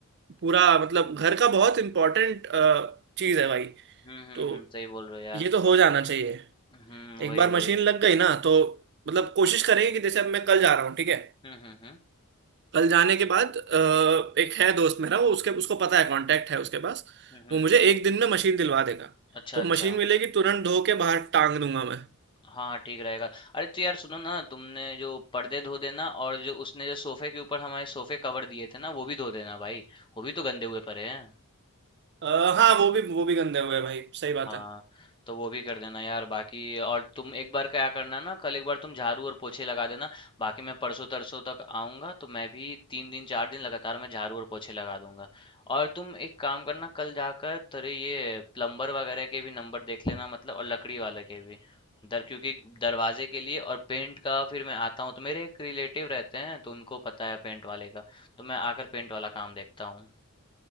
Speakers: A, on the right; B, on the left.
A: पूरा मतलब घर का बहुत इम्पोर्टेंट चीज़ है भाई
B: हम्म हम्म
A: तो
B: हम्म, सही बोल रहे हो यार
A: ये तो हो जाना चाहिए
B: हम्म
A: एक
B: वही
A: बार मशीन
B: वही
A: लग गई ना तो मतलब कोशिश करेंगे कि जैसे अब मैं कल जा रहा हूँ ठीक है
B: हम्म हम्म हम्म
A: कल जाने के बाद अ, एक है दोस्त मेरा वो उसके उसको पता है कांटेक्ट है उसके पास
B: हम्म हम्म।
A: वो मुझे एक दिन में मशीन दिलवा देगा
B: अच्छा
A: तो
B: अच्छा
A: मशीन मिलेगी तुरंत धो के बाहर टांग दूंगा मैं
B: हाँ हाँ, ठीक रहेगा अरे तो यार सुनो ना तुमने जो पर्दे धो देना और जो उसने जो सोफे के ऊपर हमारे सोफे कवर दिए थे ना वो भी धो देना भाई वो भी तो गंदे हुए पड़े हैं
A: आ, हाँ वो भी वो भी गंदे हुए भाई सही बात
B: हाँ,
A: है
B: तो वो भी कर देना यार बाकी और तुम एक बार क्या करना ना कल एक बार तुम झाड़ू और पोछे लगा देना बाकी मैं परसों तरसों तक आऊंगा तो मैं भी तीन दिन चार दिन लगातार मैं झाड़ू और पोछे लगा दूंगा और तुम एक काम करना कल जाकर तेरे ये प्लम्बर वगैरह के भी नंबर देख लेना मतलब और लकड़ी वाले के भी दर क्योंकि दरवाजे के लिए और पेंट का फिर मैं आता हूँ तो मेरे एक रिलेटिव रहते हैं तो उनको पता है पेंट वाले का तो मैं आकर पेंट वाला काम देखता हूँ